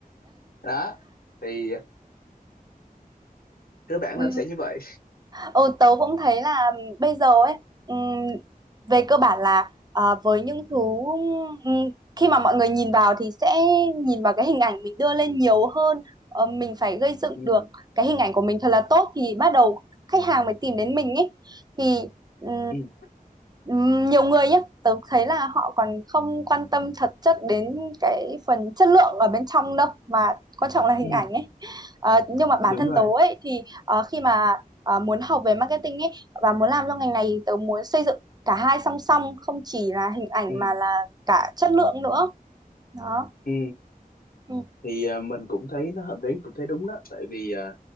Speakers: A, on the left; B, on the right.
A: đó thì cơ bản
B: Ừ.
A: là nó sẽ như vậy
B: Ừ, tớ cũng thấy là bây giờ ấy ừm, về cơ bản là ờ, với những thứ ừm, khi mà mọi người nhìn vào thì sẽ nhìn vào cái hình ảnh mình đưa lên nhiều hơn Ờ, mình phải gây dựng
A: ừ,
B: được cái hình ảnh của mình thật là tốt thì bắt đầu khách hàng mới tìm đến mình ấy thì ừm,
A: ừ,
B: ừm, nhiều người nhé tớ thấy là họ còn không quan tâm thật chất đến cái phần chất lượng ở bên trong đâu mà quan trọng là hình
A: ừ,
B: ảnh ấy Ờ, nhưng mà bản
A: đúng
B: thân
A: rồi
B: tớ ấy thì ờ, khi mà à, muốn học về marketing ấy và muốn làm trong ngành này thì tớ muốn xây dựng cả hai song song không chỉ là hình ảnh
A: ừ,
B: mà là cả chất lượng nữa đó
A: ừ.
B: ừ.
A: thì ờ, mình cũng thấy nó hợp lý cũng thấy đúng đó tại vì ờ,